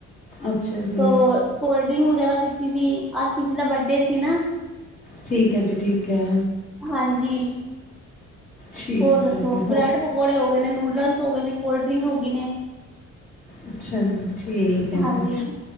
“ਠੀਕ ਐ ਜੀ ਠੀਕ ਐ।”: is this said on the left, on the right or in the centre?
Left